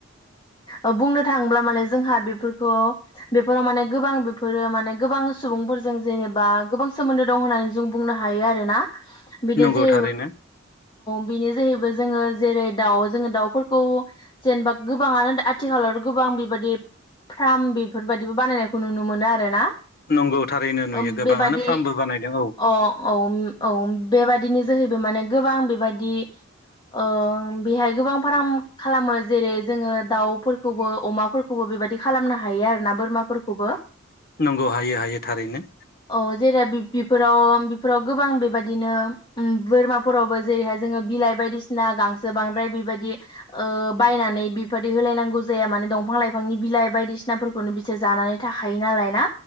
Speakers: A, on the left; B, on the left.
A: ओ बुंनो थाङोब्ला माने जोंहा बेफोरखौ बेफोराव माने गोबां बेफोरो माने गोबां सुबुंफोर जों जेनेबा गोबां सोमोन्दो दं होननानै जों बुंनो हायो आरोना बिनो
B: नंगौ
A: जे
B: थारैनो
A: बिनो जाहैबाय जों जेरै दाउ जोङो दाउफोरखौ जेनेबा गोबाङानो आथिखालाव गोबां बेबायदि फार्म बेफोरबायदिबो बानायनायखौ नुनो मोनो आरो ना
B: नंगौ थारैनो नुयो
A: ओम
B: गोबाङानो
A: बेबादि
B: फार्मबो बानायदों
A: अ औ औ बेबादिनि जो सोरबो माने गोबां बेबायदि ओ बेहाय गोबां फार्म खालामो जेरै जोङो दाउफोरखौबो अमाफोरखौबो बेबायदि खालामनो हायो आरोना बोरमाफोरखौबो
B: नंगौ हाय हायो थारैनो
A: औ जेरै बेफोराव बेफोराव गोबां बेबायदिनो उम बोरमाफोरावबो जेरैहाय जोङो बिलाइ बायदिसिना गांसो बांद्राय बेबायदि ओ बायनानै बेबायादि होलायनांगौ जाया माने दंफां लाइफांनि बिलाइ बायदिसिनाफोरखौनो बिसोर जानानै थाखायो नालाय ना